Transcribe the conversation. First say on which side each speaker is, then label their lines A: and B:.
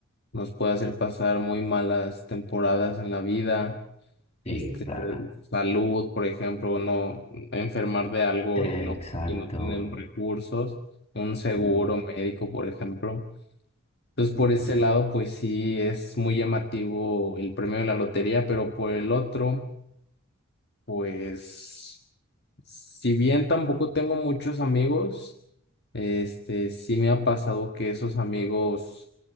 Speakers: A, on the left; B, on the left.
A: nos puede hacer pasar muy malas temporadas en la vida.
B: Sí,
A: Este,
B: claro.
A: salud, por ejemplo, no enfermar de algo
B: Eh,
A: y no
B: exacto.
A: y no tener los recursos, un seguro
B: Sí,
A: médico, por ejemplo. Entonces,
B: sí,
A: por
B: sí.
A: ese lado, pues sí es muy llamativo el premio de la lotería, pero por el otro, pues si bien tampoco tengo muchos amigos, este sí me ha pasado que esos amigos